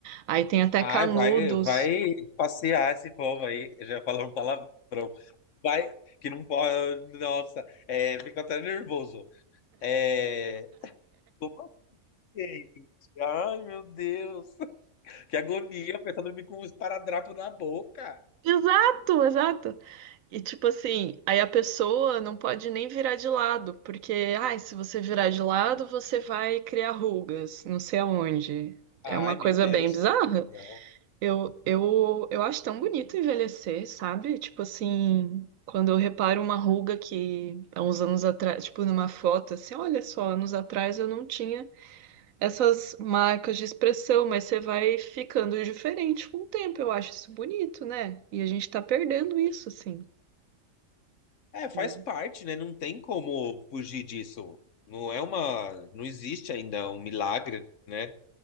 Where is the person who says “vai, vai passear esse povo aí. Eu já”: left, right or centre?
Left